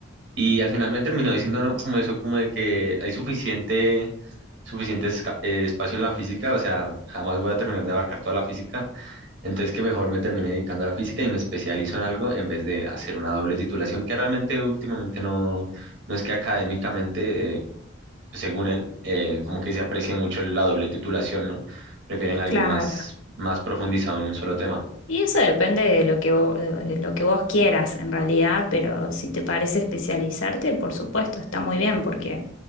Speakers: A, on the right; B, on the left.
A: Y al final me terminó diciendo ¿no? como eso, como de que hay suficiente, suficiente esca- eh, espacio en la física, o sea, jamás voy a terminar de abarcar toda la física. Entonces que mejor me terminé dedicando a la física y me especializo en algo en vez de hacer una doble titulación, que realmente últimamente no, no es que académicamente... eh, pues, según él, eh, como que se aprecia mucho la doble titulación, ¿no? Prefieren a
B: claro.
A: alguien más, más profundizado en un solo tema.
B: Y eso depende de lo que, vo- de lo que vos quieras en realidad, pero si te parece especializarte, por supuesto, está muy bien porque